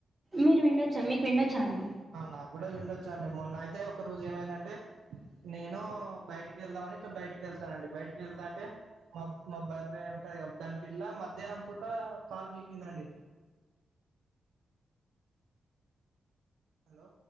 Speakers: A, on the right (about 20°); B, on the right (about 80°).
A: మీరు విండొచ్చా మీకు విన్నొచ్చా అండి
B: అవును నాకు కూడా విండొచ్చు అండి మొన్న అయితే ఒక రోజు ఏమైందంటే నేను బయటికి వెళ్దామని ఇట్ల బయటికి వెళ్తానండి బయటకి వెళ్తా అంటే మా మా బర్రె ఉంటది గా పిల్ల మధ్యాహ్నం పూట పాలు గక్కిందండి హలో